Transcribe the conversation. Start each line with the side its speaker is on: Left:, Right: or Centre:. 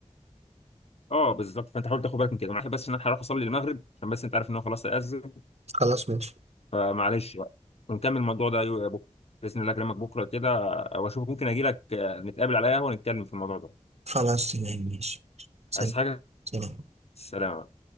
Left: اه بالظبط فانت حاول تاخد بالك من كده معلش بس ان انا هروح اصلي المغرب عشان بس انت عارف ان هو خلاص اذن
Right: خلاص ماشي
Left: فمعلش بقى ونكمل الموضوع ده يو- بكره باذن الله اكلمك بكره كده واشوفك ممكن اجي لك آه، نتقابل على قهوه ونتكلم في الموضوع ده
Right: خلاص تمام ماشي سلام
Left: عايز حاجة
Right: سلام
Left: سلام